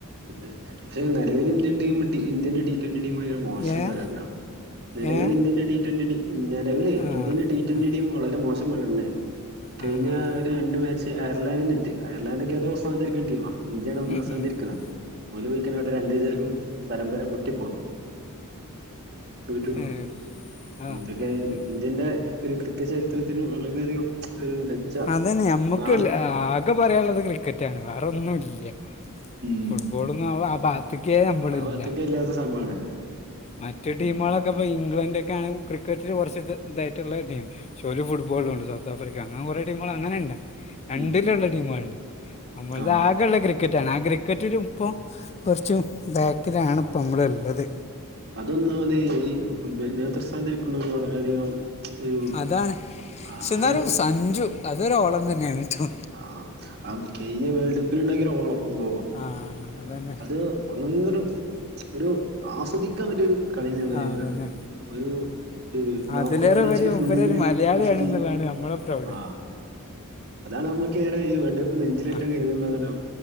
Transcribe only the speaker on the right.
പക്ഷെ നിലവിൽ ഇന്ത്യൻ ടീമ് ഇന്ത്യന്റെ ടി ട്വന്റി ടീം ആ മോശം
പ്രകടന നിലവിൽ
ഇന്ത്യന്റെ ടി ട്വന്റി നിലവിലെ
ഇന്ത്യന്റെടി ടീ ട്ടൊ ന്റി
ടീം വളരെ മോശം പ്രകടനയാണ്
കഴിഞ്ഞ
രണ്ട് മാച്ച് അയർലാൻറിനെറ്റ് അയർലൻന്റ് ഒക്കെ ഏതോ സ്ഥാന ത്തി രിക്കുന്ന ടീ മാ ഇന്ത്യാണ് ഒന്നാം
സ്ഥാന
ത്തി രിക്കുന്ന പലുവഴിക്കാനായിട്ട് രണ്ടു ദിവസർക്ക് പരമ്പര പൊട്ടിപ്പോന്നു തോറ്റുപോന്നു
എന്തൊക്കെ
ഇന്ത്യ ന്റെ ഒരു ക്രിക്കറ്റ് ചരിത്രത്തിന് വളരെയധികം ഒരു ലജ്ജ
നാണ
ഉം
ആ ഭാഗത്തൊക്കെ
ഇല്ലാത്ത സംഭവമാണ്
ഉം
ഉം
ആഹ്
അതൊന്നാമത് ഈ നേതൃസ്ഥാന തിരിക്കുണൊരു വളരെയധികം ഒരു
ആഹ്
ആ അ കഴിഞ്ഞവേൾഡ് കപ്പിൽ ഉണ്ടാക്കിയ ഓ ളപ്പന്നോ
അത് ഒന്നൊന്നൊരു ഒരു ആസ്വദിക്കാൻ പറ്റിയൊ രു കളിന്നുള്ള
ഞാൻ പറയ
ഒരു നോക്ക്ഔട്ട്
മാച്ചില്
ഫുള്ള്
ഫിഫ്റ്റി
ആ അതാണ് നമ്മുക്കേ റെഈവേൾഡ് കപ്പിന്
കഴിയി ന്നുള്ളതാണ്